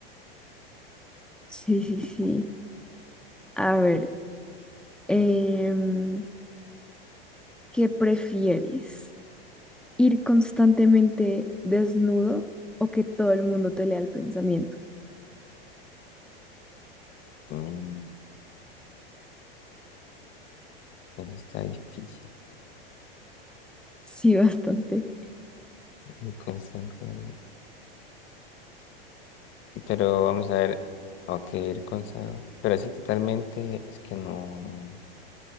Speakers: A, in the centre; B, on the left (about 40°).
A: Sí, sí, sí. A ver, em, ¿qué prefieres? ir constantemente desnudo o que todo el mundo te lea el pensamiento.
B: Mm, eso está difícil.
A: Sí, bastante.
B: Ir con salsa- Pero vamos a ver. Ok, ir con sal. Pero así totalmente es que no.